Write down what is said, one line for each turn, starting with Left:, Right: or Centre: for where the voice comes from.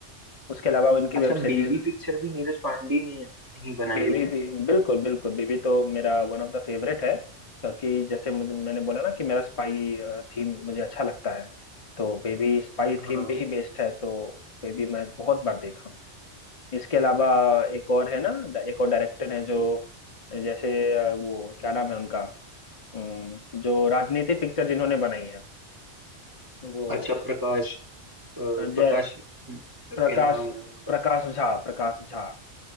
Left: उसके अलावा इनकी
Right: अच्छा
Left: वेब
Right: बेबी
Left: सीरीज
Right: पिक्चर भी नीरज पांडे ने ही बनाई
Left: बेबी
Right: है
Left: भी
Right: ना
Left: बिल्कुल बिल्कुल बेबी तो मेरा वन ऑफ द फेवरेट है क्योंकि जैसे मुझे मैंने बोला ना कि मेरा स्पाई थीम मुझे अच्छा लगता है तो बेबी स्पाई
Right: हाँ
Left: थीम पे ही बेस्ड है तो बेबी मैं बहुत बार देखा हूँ इसके अलावा एक और है ना एक और डायरेक्टर है जो जैसे अ, वो क्या नाम है उनका अम, जो राजनीति पिक्चर जिन्होंने बनाई है वो
Right: अच्छा प्रकाश अ,
Left: अ, जय
Right: प्रकाश करके
Left: प्रकाश
Right: नाम है उनका
Left: प्रकाश झा प्रकाश झा